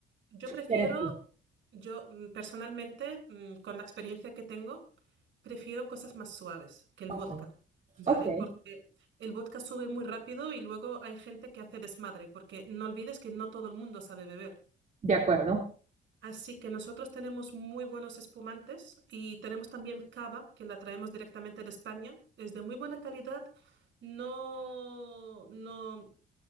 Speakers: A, on the right; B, on the right.
A: Yo prefiero,
B: quieres tú.
A: yo mm, personalmente, mm, con la experiencia que tengo, prefiero cosas más suaves que el
B: Ok,
A: vodka, ¿vale?
B: ok,
A: Porque el vodka sube muy rápido y luego hay gente que hace desmadre, porque no olvides que no todo el mundo sabe beber.
B: de acuerdo.
A: Así que nosotros tenemos muy buenos espumantes y tenemos también cava, que la traemos directamente de España. Es de muy buena calidad. No, no.